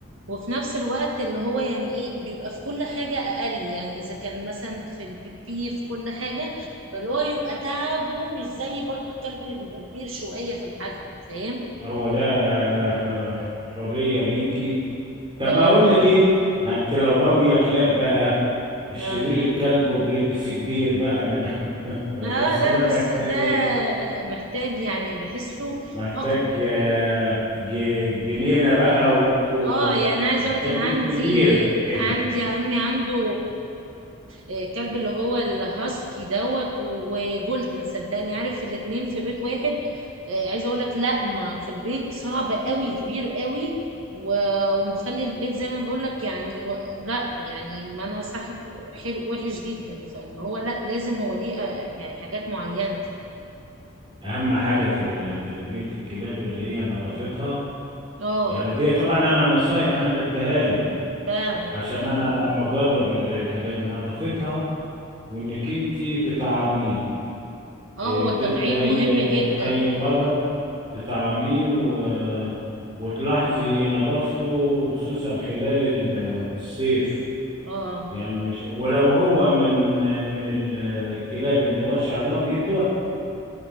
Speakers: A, on the right; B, on the right.
A: وفي نفس الوقت اللي هو يعني ايه بيبقى في كل حاجة أقل يعني إذا كان مثلا في البيبي في كل حاجة فاللي هو يبقى تعبه مش زي برضو الكلب اللي بيبقى كبير شوية في الحجم فاهم؟
B: هو ده آه، آه، حرية ليكي طب
A: اه
B: ما اقول لك ايه ما انت لو غاوية كلاب بقى الشرير
A: اه
B: الكلب وبليس كبير بقى من <laughs>
A: اه
B: بس
A: لا
B: ده
A: بس
B: محتاج
A: ده
B: ايه
A: محتاج يعني بحسه
B: محتاج
A: أكتر
B: آه، ج- جنينة بقى ومحتاج
A: اه يعني انا عايزه اقول كان
B: بيت
A: عندي
B: كبير جنينة
A: عندي عمي عنده آه، كلب اللي هو الهاسكي دوت وجولدن صدقني عارف الاتنين في بيت واحد آه، عايزه اقول لك لا ما في البيت صعب قوي كبير قوي و- ومخلي البيت زي ما أنا بقول لك يعني و... لا يعني ما انا صح حلو وحش جدا فان هو لا لازم هو ليه آه، يعني حاجات معينه
B: أهم حاجة في ال- تربية الكلاب اللي هي نظافتها
A: اه
B: يعني دي طبعا أنا نصايح أنا بديها لك
A: فاهم
B: عشان أنا مجرب ال- الحاجات نظافتها وإنك أنت تطعميه
A: اه
B: إيه،
A: هو التطعيم
B: ضد أي
A: مهم جدا
B: أي مرض تطعميه و- وتلاحظي نظافته وخصوصا خلال ال- الصيف
A: اه
B: يعني مش ولو هو من من ال- الكلاب اللي هو شعرها بيطول